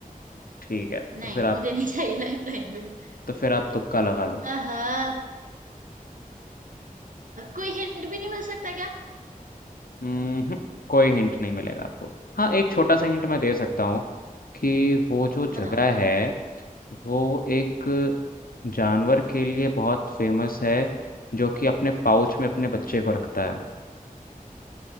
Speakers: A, on the left; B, on the right.
A: ठीक है
B: नहीं
A: तो फिर आप
B: मुझे नहीं चाहिए लाइफ लाइन में
A: तो फिर आप तुक्का लगा लो
B: आहा, कोई हिंट भी नहीं मिल सकता क्या
A: हम्म कोई हिंट नहीं मिलेगा आपको हाँ एक छोटा सा हिंट मैं दे सकता हूँ
B: अ,
A: कि वो जो जगह
B: बताओ
A: है वो एक जानवर के लिए बहुत फेमस है जो कि अपने पाउच में अपने बच्चे को रखता है